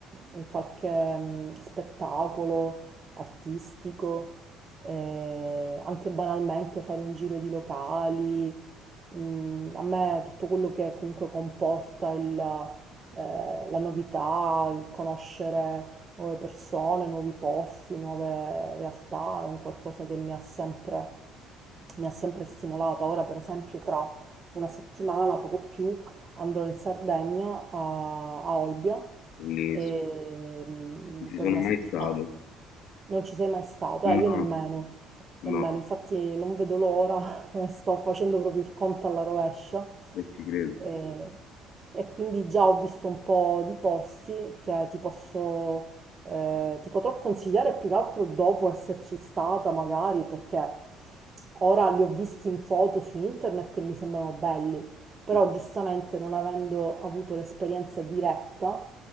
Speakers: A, on the right; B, on the left.
A: un qualche mm, spettacolo artistico eh, anche banalmente fare un giro di locali, mm, a me tutto quello che comunque comporta il, eh, la novità, il conoscere nuove persone, nuovi posti, nuove realtà, è un qualcosa che mi ha sempre, mi ha sempre stimolata. Ora, per esempio, tra una settimana, poco più, andrò in Sardegna a, a Olbia
B: Bellissimo.
A: e, mm,
B: Non
A: per
B: ci sono
A: una
B: mai
A: settimana.
B: stato.
A: Non ci sei mai stato,
B: No,
A: eh, io nemmeno,
B: no,
A: nemmeno, infatti non vedo l'ora, <laughs> sto facendo proprio il conto alla rovescia
B: e ci credo.
A: e, e quindi già ho visto un po' di posti che ti posso, eh, ti potrò consigliare più che altro dopo esserci stata magari perché ora li ho visti in foto su internet e mi sembrano belli, però
B: <laughs>
A: giustamente non avendo avuto l'esperienza diretta